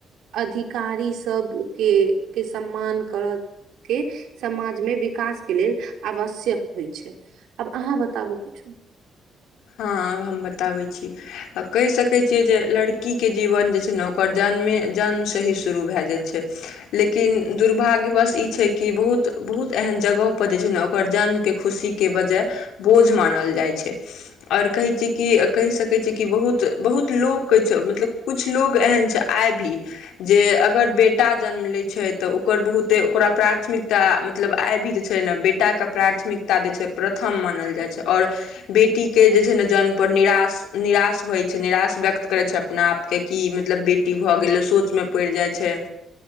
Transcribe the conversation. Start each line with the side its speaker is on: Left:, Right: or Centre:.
Right: अधिकारी सबके के सम्मान करत के समाज मे विकास के लेल आवश्यक होइ छै आब अहाँ बताबु किछु
Left: हँ आब हम बताबै छी आ कहि सकैत छी जे लड़कीक जीवन जे छै ने, ओकर जन्मे-जन्मसँ ही शुरू भऽ जाइ छै। लेकिन दुर्भाग्यवश ई छै कि बहुत-बहुत एहन जगह पर जे छै ने, ओकर जन्मक खुशी के वजह बोझ मानल जाइ छै और कहै छैय कि कहि सकै छै कि बहुत बहुत लोकके मतलब कुछ लोक एहन छै आइ भी जे अगर बेटा जन्म लैत छै तऽ ओकर बहुते ओकरा प्राथमिकता मतलब आइ भी जे छै ने बेटाके प्राथमिकता जे छै प्रथम मानल जाइ छै आओर बेटीक के जे छै ने, जन्म पर निराश। निराश होइत छै निराश व्यक्त करैत छै अपना आपके कि मतलब बेटी भऽ गेलै सोचमे पैड़ जाइ छै